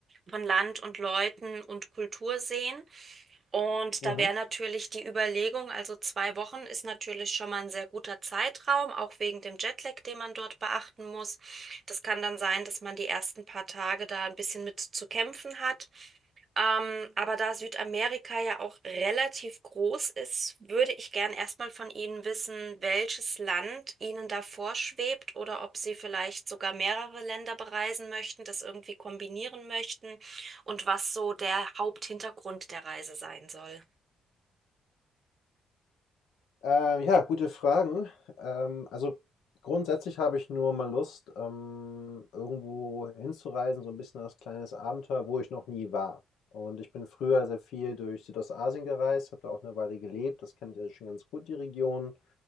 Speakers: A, on the right; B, on the left.
A: von Land und Leuten und Kultur sehen. Und
B: Mhm.
A: da wäre natürlich die Überlegung, also zwei Wochen ist natürlich schon mal ein sehr guter Zeitraum, auch wegen dem Jetlag, den man dort beachten muss. Das kann dann sein, dass man die ersten paar Tage da ein bisschen mit zu kämpfen hat. Ähm, aber da Südamerika ja auch relativ groß ist, würde ich gern erstmal von Ihnen wissen, welches Land Ihnen da vorschwebt oder ob Sie vielleicht sogar mehrere Länder bereisen möchten, das irgendwie kombinieren möchten und was so der Haupthintergrund der Reise sein soll.
B: Ähm, ja, gute Fragen. Ähm, also grundsätzlich habe ich nur mal Lust, ähm, irgendwo hinzureisen, so ein bisschen als kleines Abenteuer, wo ich noch nie war. Und ich bin früher sehr viel durch Südostasien gereist, habe da auch eine Weile gelebt. Das kenne ich also schon ganz gut, die Region.